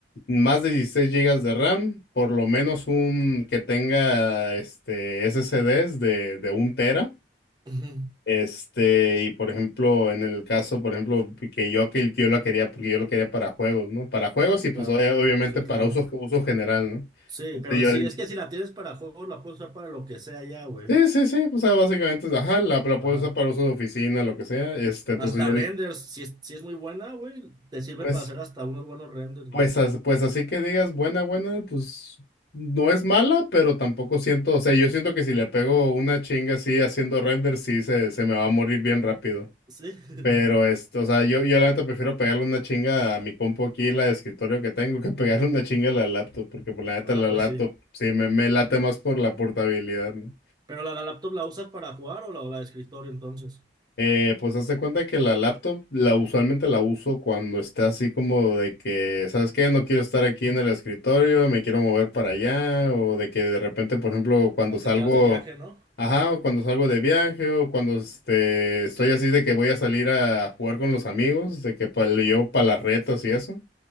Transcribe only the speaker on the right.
Ujú,
Claro,
sí,
claro.
Sí,
pero
sí, es que si la tienes para juegos, la puedes usar para lo que sea ya, güey.
Ajá.
Hasta
renders,
si es, si es muy buena, güey, te sirve
para hacer hasta unos buenos renders,
güey.
Sí. <laughs>
Ah,
pues
sí.
Pero la, la laptop la usas para jugar o la, la de escritorio entonces.
O
que te das de viaje, ¿no?
Ajá,